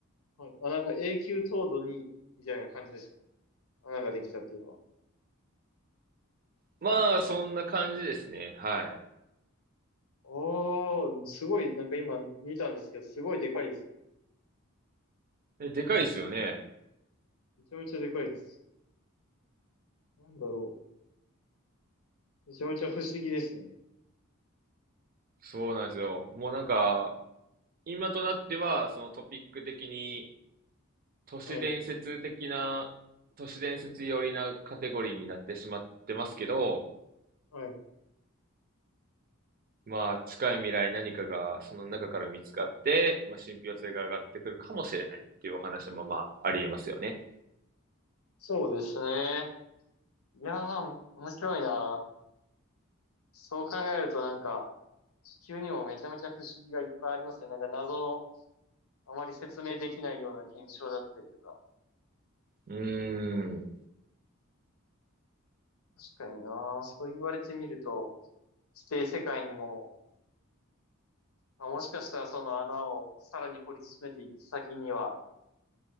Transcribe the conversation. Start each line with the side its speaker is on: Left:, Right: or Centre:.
Left: はい。あ、なんか永久凍土に、みたいな感じですよね。穴ができたっていうのは。
Right: まあ、そんな感じですね。は
Left: ああ、すごい、なんか今見たんですけど、すごいでかいですね。
Right: い。で、でかいですよね。
Left: めちゃめちゃでかいです。なんだろう。めちゃめちゃ不思議ですね。
Right: そうなんですよ。もうなんか、今となっては、そのトピック的に、都市伝説的な、
Left: はい、
Right: 都市伝説寄りなカテゴリーになってしまってますけど、
Left: はい。
Right: まあ、近い未来何かがその中から見つかって、まあ、信憑性が上がってくるかもしれないっていうお話もまあ、ありえますよね。
Left: そうですね。いやー、面白いな。そう考えるとなんか、地球にもめちゃめちゃ不思議がいっぱいありますね。なんか謎の、あまり説明できないような現象だったりとか。
Right: うーん、
Left: 確かにな。そう言われてみると、地底世界にも、まあ、もしかしたらその穴をさらに掘り進めていった先には、